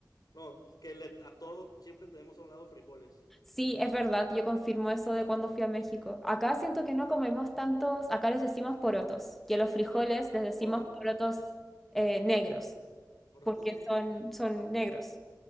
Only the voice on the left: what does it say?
No, que le- a todo siempre tenemos a un lado frijoles.
Porotos,
porotos
negros.